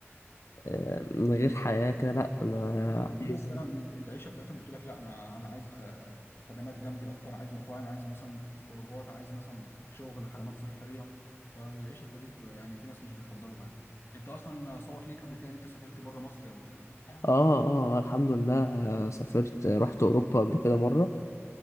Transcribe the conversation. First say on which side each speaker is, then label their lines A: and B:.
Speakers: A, on the left; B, on the left.
A: آه، من غير حياة كده لا انا
B: بالظبط
A: عايز
B: في ناس فعلا العيشه بتاعتهم بتقول لك لا انا انا عايز خ- خدمات جنبي اكتر عايز مطاعم عايز مثلا خروجات عايز مثلا شغل خدمات صحيه فالعيشه في الريف ب- يعني في ناس مش بيفضلوها يعني انت اصلا سبق ليك قبل كده ان انت سافرت بره مصر قبل كده
A: اه اه الحمد لله آه، سافرت آه، رحت اوروبا قبل كده مرة